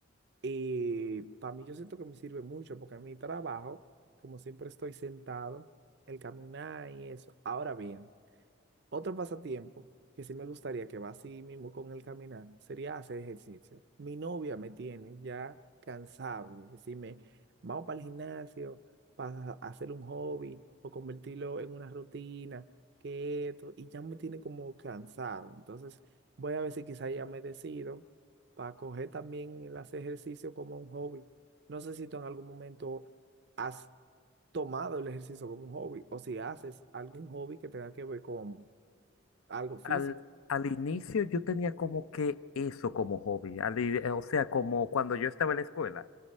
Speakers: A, on the right; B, on the left.
A: y para mí yo siento que me sirve mucho porque en mi trabajo, como siempre estoy sentado, el caminar y eso. Ahora bien, Otro pasatiempo que sí me gustaría que va así mismo con el caminar sería hacer ejercicio. Mi novia me tiene ya cansado de decirme, vamos para el gimnasio, para hacer un hobby o convertirlo en una rutina, que esto, y ya me tiene como cansado. Entonces voy a ver si quizá ya me decido para coger también el hacer ejercicio como un hobby. No sé si tú en algún momento has tomado el ejercicio como un hobby o si haces algún hobby que tenga que ver con algo físico.
B: Al, al inicio yo tenía como que eso como hobby, al i- eh, o sea, como cuando yo estaba en la escuela.